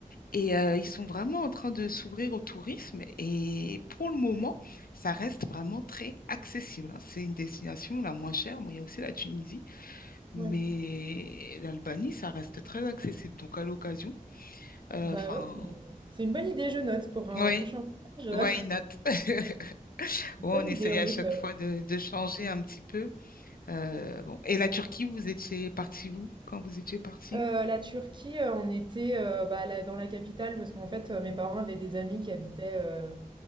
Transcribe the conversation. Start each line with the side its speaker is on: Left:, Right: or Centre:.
Left: et euh, ils sont vraiment en train de s'ouvrir au tourisme. Et pour le moment, ça reste vraiment très accessible. hein. C'est une destination la moins chère. Bon, il y a aussi la Tunisie, mais
Right: Ouais.
Left: l'Albanie, ça reste très accessible. Donc, à l'occasion, euh,
Right: Bah
Left: enfin,
Right: ouais, c'est c'est une bonne idée, je note, pour un
Left: oui,
Right: prochain voyage.
Left: why not? <laughs>
Right: <laughs>
Left: Ouais,
Right: Bonne
Left: on essaye
Right: idée, en
Left: à
Right: effet.
Left: chaque fois de, de changer un petit peu. Euh, bon. Et la Turquie, vous étiez parti vous quand vous étiez parti?
Right: Euh, la Turquie, euh, on était euh, bah, là- dans la capitale parce qu'en fait, euh, mes parents avaient des amis qui habitaient, euh,